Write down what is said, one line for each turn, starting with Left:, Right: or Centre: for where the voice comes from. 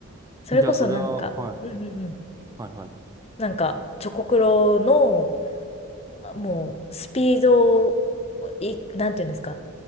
Left: それこそなんか、
Right: ど。じゃあ、それは、はい。
Left: うんうんうん。
Right: はいはい。
Left: なんか、チョコクロの、もう、スピードを、い、なんていうんですか。